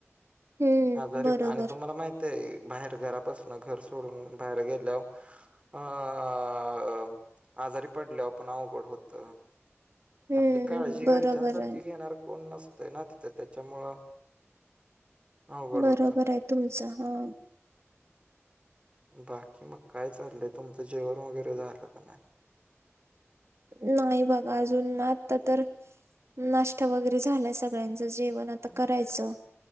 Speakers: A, on the right; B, on the right.
A: हम्म
B: हा जरी
A: बरोबर
B: आणि तुम्हाला माहिित ते बाहेर घरा बासून घर सोडून बाहेर गेल्यावर अ आजारी पडल्यावर पण अवघड होत
A: हम्म
B: आपली काळजी
A: बरोबर
B: घरच्यांसारखी
A: आहे
B: घेणार कोण नसत ना तर त्याच्यामुळं अवघड
A: बरोबर
B: होतं.
A: आहे तुमच हा
B: बाकी मग काय चाललंय तुमचं जेवण वगैरे झालं का नाही
A: नाही बघा अजून ना आता तर नाष्ट वगैरे झालाय सगळ्यांचं जेवण आता करायचं